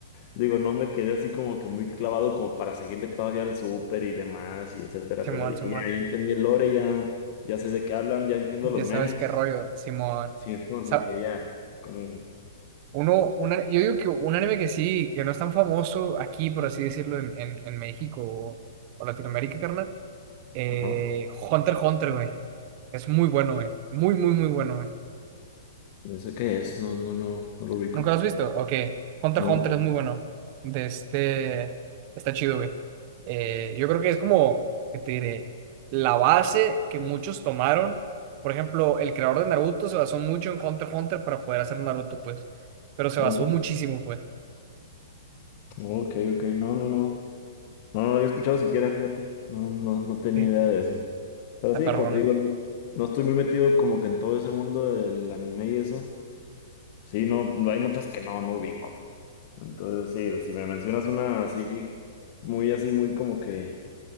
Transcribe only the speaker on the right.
Simón,
Simón.
Ya
sabes
qué rollo, Simón.
Sa-
uno, un a- yo digo que un anime que sí, que no es tan famoso aquí, por así decirlo, en, en, en México o, o Latinoamérica, carnal. Eh,
Hunter x Hunter, güey. Es muy bueno, güey. Muy, muy, muy bueno, güey.
¿Nunca lo has visto? Ok. Hunter
x Hunter es muy bueno. De este... Está chido, güey. Eh, yo creo que es como, ¿qué te diré? La base que muchos tomaron. Por ejemplo, el creador de Naruto se basó mucho en Hunter x Hunter para poder hacer Naruto, pues. Pero se
basó
muchísimo, pues.
Sí.
Está
perrona.
güey.